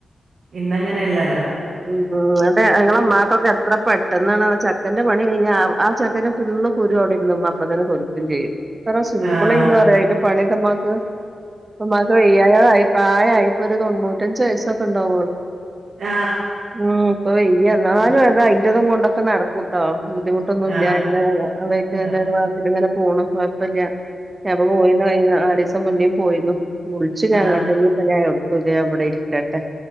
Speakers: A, on the right (about 70°); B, on the right (about 25°).
A: ഇന്നങ്ങനെ അല്ലാലോ
B: ഉ അതെ ഞങ്ങളെ ഉമ്മാക്കൊക്കെ എത്ര പെട്ടെന്ന ചക്കന്റെ പണി കഴിഞ്ഞ ആ ചക്കന്റെ ഫുള് കുറുവിടെരുന്ന് ഉമ്മ അപ്പോ തന്നെ തൊലിച്ചും ചെയ്യും എത്ര സിമ്പിൾളന്ന്
A: ആഹ്.
B: പറയാ അതിന്റെ പണിയൊക്കെമാക്ക് ഇപ്പോമ്മക് വയ്യാതെയായി പ്രായമായി ഇപ്പൊ ഒരു തൊണ്ണൂറ്റഞ്ച് വയസ്സൊക്കെ ഉണ്ടാവൂ
A: ആ.
B: ഉം ഇപ്പോ വേയ്യ എന്നാലും
A: ആ.
B: അത് അയിന്റെതും കൊണ്ടൊക്കെ നടക്കുംട്ടോ ബുദ്ധിമുട്ടൊന്നുല്ല
A: ആ.
B: അതിന്റെ അതയിന്റെ
A: ആ.
B: ക്ലാസ്സിൽ ഇങ്ങനെ പോണു കേഴപ്പല്ല ഞാപ്പൊ പോയിന്ന് <unintelligible> നാലിസം മുന്നെ പോയിന്നു വിൾച്ചും
A: ആ.
B: ഞാൻ ഇങ്ങട്ട് ഇഞ് ഇപ്പം <inaudible> പുതിയ വിടെഇരിക്കട്ടെ